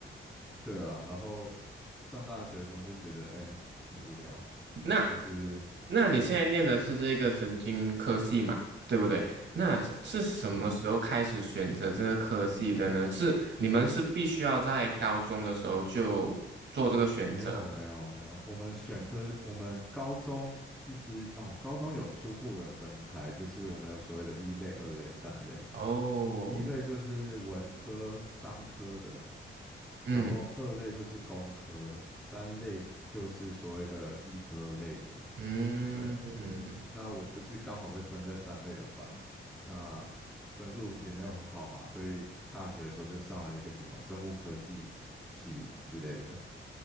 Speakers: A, in the centre; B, on the right.
A: 对啊，然后上大学的时候就觉得，哎、很无聊，
B: 那
A: 就是，
B: 那你现在念的是这个神经科系嘛，
A: 嗯，
B: 对不对？那是什么时候开始选择这个科系的呢？
A: 对啊，
B: 是你们是必须要在高中的时候就做这个选择
A: 没有，没有，没有，我们选科，我们高中一直，哦，高中有初步的分开，就是我们有所谓的一类、二类、三类。
B: 哦，
A: 一类就是文科、商科的，
B: 嗯
A: 然后二类就是工科，三类就是所谓的医科类的。
B: 嗯嗯，
A: 对，那我就是刚好被分在三类的班，那分数也没有很好嘛，所以大学的时候就上了一个什么生物科技系之类的。